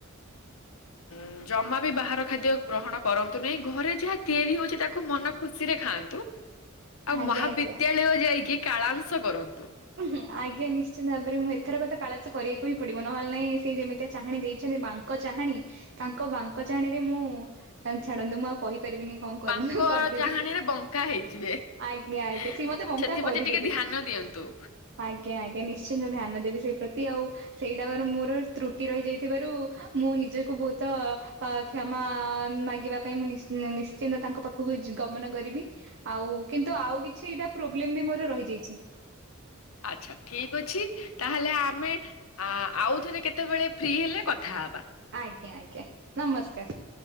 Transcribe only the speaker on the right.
ଆଜ୍ଞା
ଆଜ୍ଞା
ଉହୁଁ ଆଜ୍ଞା ନିଶ୍ଚିିତ ଭାବରେ ମୁଁ ଏଥରକ ତ କାଳଂଶ କରିବାକୁ ହିଁ ପଡିବ ନହେଲେ ନାଇଁ ସେ ଯେମିତିଆ ଚାହାଣୀ ଦେଇଛନ୍ତି ମାନ୍ ଙ୍କ ଚାହାଣୀ ତାଙ୍କ ବାଙ୍କ ଚାହାଣରେ ମୁଁ ଛାଡନ୍ତୁ ମୁଁ ଆଉ କହିପାରିବିନି। କଣ କରିବି
କରିଦେବି।
ଆଜ୍ଞା ଆଜ୍ଞା ସିଏ ମତେ ବଙ୍କା କରିଦେବେ
ଆଜ୍ଞା ଆଜ୍ଞା ନିଶ୍ଚିନ୍ତ ଧ୍ୟାନ ଦେବି ସେଇ ପ୍ରତି ଆଉ ସେଇଟା ବା ମୋର ତ୍ରୁଟି ରହିଯାଇଥିବାରୁ ମୁଁ ନିଜକୁ ବହୁତ ଅ କ୍ଷମା ମାଗିବା ପାଇଁ ମୁଁ ନିଶ୍ଚି୍ ନିଶ୍ଚିନ୍ତ ତାଙ୍କ ପାଖକୁ ଯି ଗମନ କରିବି। ଆଉ କିନ୍ତୁ ଆଉ କିଛିଟା ପ୍ରୋବ୍ଲେମ୍ ବି ମୋର ରହିଯାଇଛି।
ଆଜ୍ଞା ଆଜ୍ଞା ନମସ୍କାର୍।